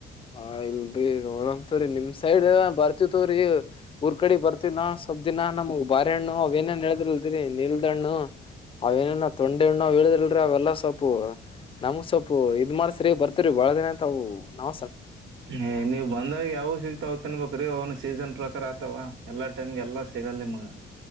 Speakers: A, on the left; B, on the right.
A: ಆ ಇಲ್ಲ <unintelligible> ನೋಡ ತವರಿ ನಿಮ್ ಸೈಡ್ ಬರ್ತವತವ್ರರಿ ಊರ್ ಕಡೆ ಬರ್ತವ ನಾವ ಸ್ವಪ್ ದಿನ ನಮ್ಗ್ ಬ ಬಾರೆ ಹಣ್ಣ ಅವೇನೇ ಹೇಳಿದ್ರಲ್ದೀರಿ ನಿಲ್ದ ಹಣ್ಣು ಅವೇನೇನ ತೊಂಡೆ ಹಣ್ಣ ಇಲ್ರರಿ ಅವೆಲ್ಲ ಸ್ವಪ್ ನಮ್ ಸೊಪು ಇದ್ ಮಾಡಸ್ರಿ ಬರ್ತರಿ ಬಾಳ ದಿನ ಅಂತ ಅವು ನಮ
B: ಹಏ ನೀವ್ ಬಂದಾಗ ಯಾವ ಸಿಗ್ತಾವ ತಿನ್ಬೇಕ್ರೀ ಅವನು ಸೀಸನ್ ಪ್ರಕಾರ ಆತವಾ ಎಲ್ಲಾ ಟೈಮ್ಗೆ ಎಲ್ಲಾ ಸಿಗಲ್ಲ ನಿಮಗ.